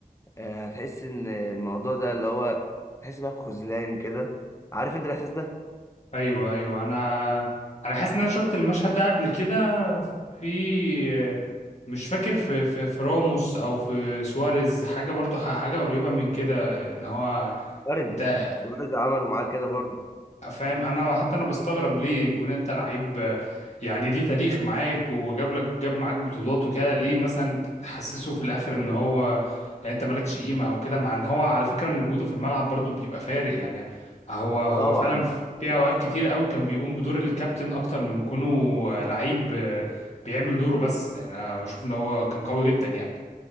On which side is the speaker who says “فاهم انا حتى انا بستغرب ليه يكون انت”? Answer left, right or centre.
Left